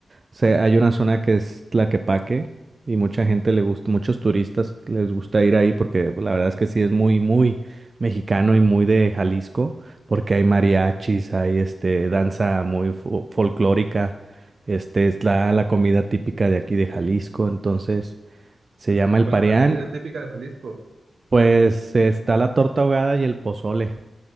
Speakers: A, on the right; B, on the right.
A: se- hay una zona que es Tlaquepaque y mucha gente le gusta, muchos turistas les gusta ir ahí porque la verdad es que sí es muy, muy mexicano y muy de Jalisco, porque hay mariachis, hay este, danza muy fo- folclórica, este, es la, la comida típica de aquí de Jalisco, entonces se llama el
B: ¿Cuál
A: pareán,
B: es la comida típica de Jalisco?
A: pues está la torta ahogada y el pozole,